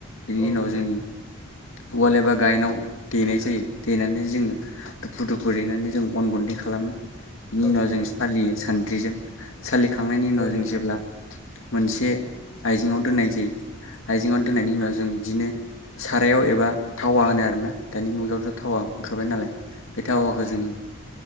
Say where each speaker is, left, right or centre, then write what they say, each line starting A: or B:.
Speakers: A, on the left; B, on the left.
A: बिनि
B: ओं
A: उनाव
B: नोंथां
A: जोङो उवाल एबा गायनाव देनाय जायो देनानै जोङो दुफु दुफु देनानै जों अन गुन्दै खालामो बिनि
B: औ
A: उनाव
B: नोंथां
A: जों फालियो सान दिजों सालिखांनायनि उनाव
B: ओं
A: जों
B: नोंथां
A: जेब्ला मोनसे आइजेङाव दोननाय जायो आइजेंआव दोननायनि उनाव जों बिदिनो सारायाव एबा थावा होनो आरोना दानि मुगायावथ थावा होनखा हरबाय नालाय बे थावाखौ जोङो